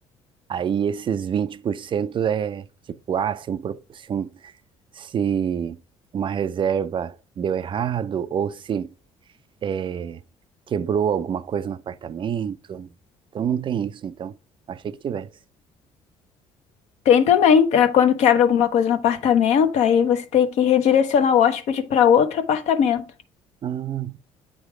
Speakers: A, on the right; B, on the left.
A: Aí esses 20% é tipo, ah, se, um, pro- se, um- se uma reserva deu errado ou se é, quebrou alguma coisa no apartamento. Então não tem isso, então. Achei que tivesse.
B: Tem também, é, quando quebra alguma coisa no apartamento, aí você tem que redirecionar o hóspede para outro apartamento.
A: Ah,